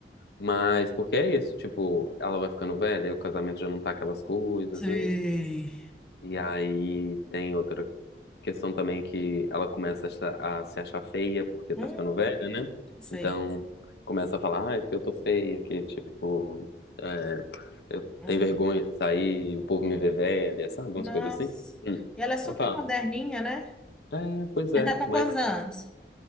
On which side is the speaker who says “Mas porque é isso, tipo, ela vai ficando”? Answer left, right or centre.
Left